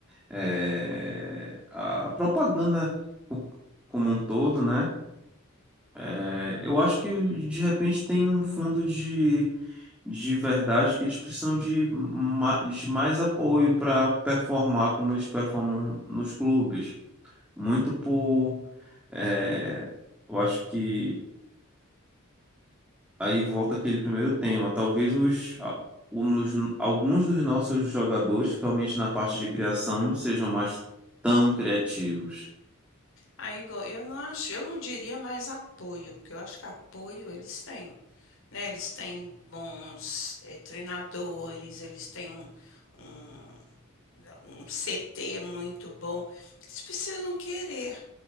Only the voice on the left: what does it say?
Aí, igual, eu não acho, eu não diria mais apoio, porque eu acho que apoio eles têm, né? Eles têm bons eh, treinadores, eles têm um, um um CT muito bom. Eles precisam querer,